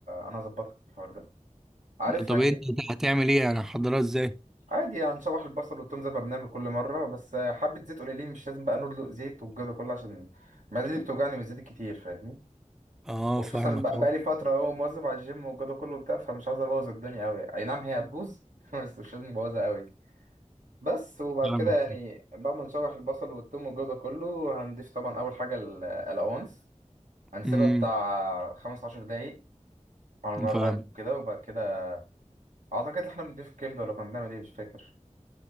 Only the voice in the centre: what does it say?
طب
انت هتعمل ايه يعني هحضرها ازاي
اه
فاهمك
اه
فاهمك
امم
فاهم